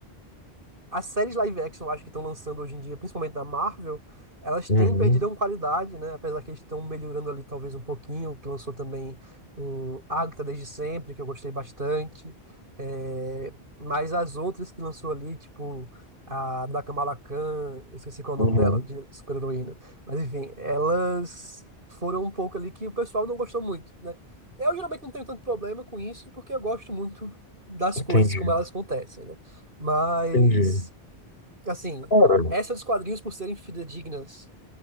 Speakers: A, on the right (about 55°); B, on the left (about 65°).
A: as séries live action, eu acho que estão lançando hoje em dia, principalmente da Marvel, elas
B: uhum,
A: têm perdido uma qualidade, né? Apesar que eles estão melhorando ali talvez um pouquinho, que lançou também um Agatha desde sempre, que eu gostei bastante. É, Mas as outras que lançou ali, tipo a da Kamala Khan, eu esqueci qual é o
B: uhum.
A: nome dela, de super-heroína. Mas enfim, elas foram um pouco ali que o pessoal não gostou muito, né? Eu geralmente não tenho tanto problema com isso, porque eu gosto muito das
B: Entendi,
A: coisas como elas acontecem, né? Mas
B: entendi.
A: Assim,
B: Cara,
A: essa dos quadrinhos por serem fidedignas,